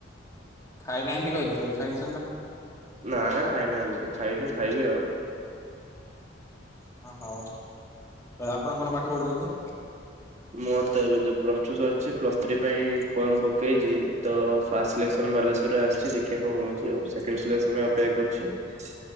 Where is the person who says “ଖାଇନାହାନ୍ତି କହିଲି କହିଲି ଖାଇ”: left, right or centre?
Left